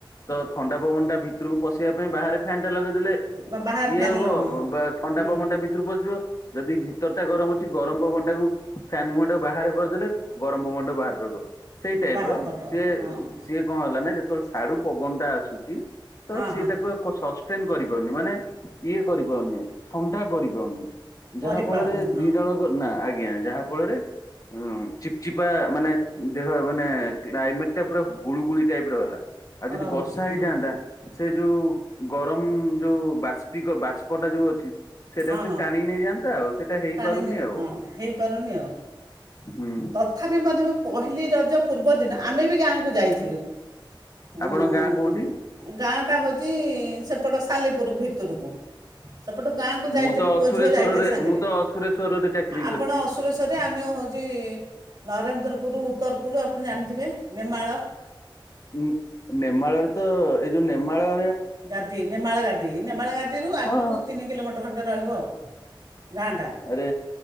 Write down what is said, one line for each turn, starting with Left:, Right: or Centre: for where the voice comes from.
Left: ତ ଥଣ୍ଡା ପବନ ଟା ଭିତରକୁ ପଶିବା ପାଇଁ ବାହାରେ ଫ୍ୟାନ ଟା ଲଗେଇ ଯେତେହେଲେ
Right: ହଁ ବାହାର
Left: ଇଏ
Right: ଫ୍ୟାନ୍
Left: ହବ
Right: ଲ ହଁ
Left: ବା ଥଣ୍ଡା
Right: ହୁଁ
Left: ପବନ ଟା ଭିତରୁ ବସିବ ଯଦି ଭିତର ଟା ଗରମ କିଛି ଗରମ ପବନ ଟାକୁ ଫ୍ୟାନ ମୁହଁ ଟାକୁ ବାହାରରେ କରିଦେଲେ ଗରମ ପବନ ଟାକୁ ବାହାର କରିଦବା
Right: ହୁଁ
Left: ସେଇ ଟାଇପର
Right: ବାହାର କରିଦେବ
Left: ସିଏ
Right: ହଁ
Left: ସିଏ କଣ ହେଲା ନା ଯେତେବେଳେ ସିଆଡୁ ପବନ ଟା ଆସୁଛି ତ
Right: ହଁ
Left: ସିଏ
Right: ହଁ
Left: ତାକୁ ସସେଣ୍ଟେ କରି ପାରୁନି ମାନେ ଇଏ କରି ପାରୁନି ଥଣ୍ଡା କରି ପାରୁନି
Right: କରିପାରୁନି
Left: ଯାହା ଫଳରେ
Right: ହଁ
Left: ଦି ଜଣ ନା ଆଜ୍ଞା ଯାହା ଫଳରେ ଉଁ ଚିପଚିପା ମାନେ ଦେହ ମାନେ କ୍ରାଇମେଟ ଟେ ପା ଗୁଳୁଗୁଳି ଟାଇପର ହେଲା ଆଉ ଯଦି
Right: ରହୁଛି
Left: ବର୍ଷା
Right: ହଁ
Left: ହେଇଯାଆନ୍ତା ସେ ଯୋଉ ଗରମ ଯୋଉ ବାସ୍ପ ବାଷ୍ପଟା ଯୋଉ ଅଛି ସେଇଟାକୁ
Right: ହଁ
Left: ସେ
Right: ହଁ
Left: ଟାଣି ନେଇଯାଆନ୍ତା ଆଉ ସେଇଟା ହେଇପାରୁନି
Right: ଟାଣିନି
Left: ଆଉ
Right: ହଁ ହେଇପାରୁନି ଆଉ
Left: ହୁଁ
Right: ତଥାପି ମଧ୍ୟ ପହିଲି ରଜ ପୂର୍ବଦିନ ଆମେ ବି ଗାଁକୁ ଯାଇଥିଲୁ
Left: ଆପଣଙ୍କ
Right: ଉଁ ଉଁ
Left: ଗାଁ କୋଉଠି?
Right: ଗାଁଟା ହେଉଛି ସେପଟ ସାଲେପୁର ଭିତରକୁ ସେପଟୁ ଗାଁକୁ ଯାଇଥିଲୁ
Left: ମୁଁ ତ
Right: ପୁଅ
Left: ଅସୁରେଶ୍ଵରରେ
Right: ଝିଅ ଯାଇଥିଲ ସାଙ୍ଗରେ
Left: ମୁଁ ତ ଅସୁରେଶ୍ଵରରେ ଚାକିରି
Right: ଆପଣ
Left: କରିଛି।
Right: ଅସୁରେଶୂ ଶୂରେ ଆମେ ହେଉଛି ନରେନ୍ଦ୍ରପୁର ଉତ୍ତରକୂଳ ଆପଣ ଜାଣିଥିବେ ନେମାଳ
Left: ଉଁ ନେମାଳରେ ତ ଏଇ ଯୋଉ ନେମାଳ
Right: ଗାଦି ନେମାଳ ଗାଦି ନେମାଳ ଗାଦିରୁ ଆଗକୁ
Left: ହଁ
Right: ତିନି କିଲୋମିଟର ହାତେ ଖଣ୍ଟେ ରହିବ ଆଉ ଗାଁଟା
Left: ଆରେ